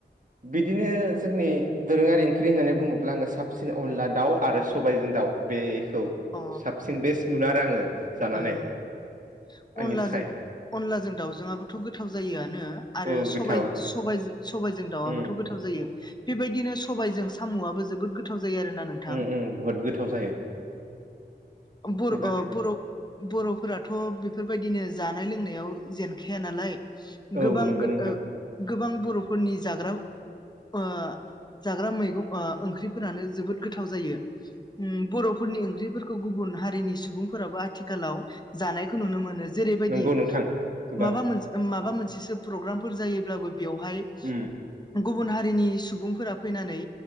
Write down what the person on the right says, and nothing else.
बिदिनो जोंनि दोरोङारि ओंख्रि होननानै बुङोब्ला आङो साबसिन अनला दाउ आरो सबायजों दाउ। बेखौ
साबसिन बेस्ट मोनो आरो आङो। जानानै
आंनि
थाखाय
औ
गोथाव
उम
उम उम बुहुद गोथाव जायो
बेबादि
औ
नंगौ
नोंथां
नंगौ नोंथां गोबां
उम